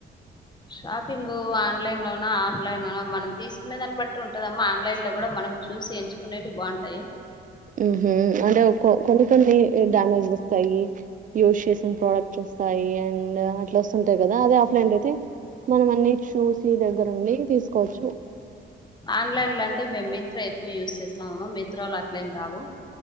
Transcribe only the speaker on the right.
ఊహూ అంటే కొన్ని కొన్ని డ్యామేజ్ లొస్తాయి యూస్ చేసిన ప్రోడక్ట్ వొస్తాయి అండ్ అట్లా తుంటయి కదా అదే ఆఫ్లైన్ లో ఐతే మనం అన్ని చూసి దగ్గరుండి తీసుకోవచ్చు